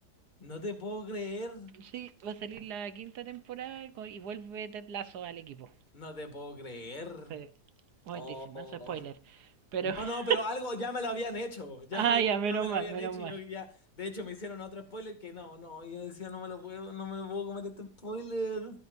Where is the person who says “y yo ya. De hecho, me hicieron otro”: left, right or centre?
Left